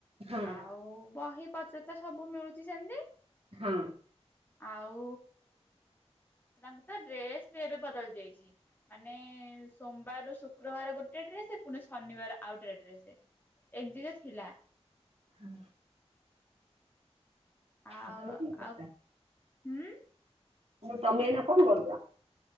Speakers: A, on the right (about 65°); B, on the left (about 15°).
A: ହଁ
B: ଆଉ ବହି ପତ୍ର ତ ସବୁ ମିଳୁଚି ସେମିତି।
A: ହଁ
B: ଆଉ ତାଙ୍କର ତ ଡ୍ରେସ ବି ଏବେ ବଦଳି ଯାଇଚି। ମାନେ ସୋମବାରରୁ ଶୁକ୍ରବାର ଗୋଟେ ଡ୍ରେସ ପୁଣି ଶନିବାର ଆଉ ଗୋଟେ ଡ୍ରେସ। ଏ ଦିଇଟା ଥିଲା।
A: ହଁ।
B: ଆଉ
A: ମୁଁ କହିଲି
B: ଆଉ ହୁଁ
A: ତମେ ଏଇନା କଅଁ କରୁଚ଼।